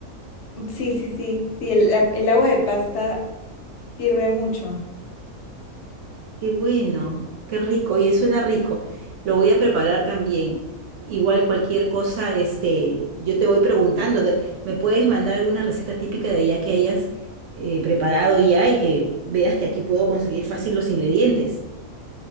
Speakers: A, on the left; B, on the right.
A: sí, sí, sí. Sí, el, a- el agua de pasta sirve mucho.
B: Qué bueno, qué rico, y suena rico. Lo voy a preparar también. Igual cualquier cosa, este, yo te voy preguntando, de- ¿me puedes mandar alguna receta típica de allá que hayas eh, preparado ya y que veas que aquí puedo conseguir fácil los ingredientes?